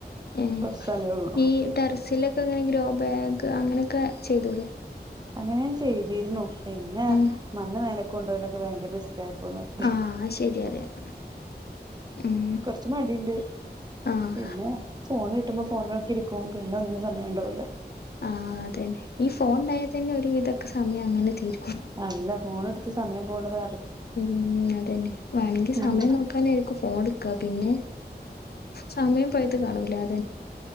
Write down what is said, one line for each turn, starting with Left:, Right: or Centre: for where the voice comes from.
Left: ഉം
Right: കുറച്ച് സ്ഥലേ ഉള്ളൂ
Left: ഈ ടെറസിലൊക്കെങ്ങനെ ഗ്രോബാ ഗ് അങ്ങനെയൊക്കെ ചെയ്തൂടെ
Right: അങ്ങനെ ഞാൻ ചെയ്തിരുന്നു പിന്നെ
Left: ഏഹ്
Right: മണ്ണ് മേലക്ക് കൊണ്ടോലൊക്കെ ഭയങ്കര റിസ് ക്കായപ്പോ നിർത്തി
Left: ആഹ് അത് ശരിയാ അറിയാം ഉം
Right: കൊറച്ച് മടിയ്ണ്ട്
Left: ആഹ്
Right: പിന്നെ ഫോണ് കിട്ടുമ്പോ ഫോണിലൊക്കെ ഇരിക്കും പിന്നെ ഒന്നിനും സമയണ്ടാവൂല്ല
Left: ആ അതന്നെ ഈ ഫോൺ ഇണ്ടായ തന്നെ ഒരു വിധൊക്കെ സമയങ്ങനെ തീരും
Right: അല്ല ഫോണടുത്ത് സമയം പോണത
Left: ഉം അതന്നെ വേണെങ്കിൽ
Right: ഉം
Left: സമയം നോക്കാനായിരിക്കും ഫോണെടു ക്ക പിന്നെ സമയം പോയത് കാണൂല അ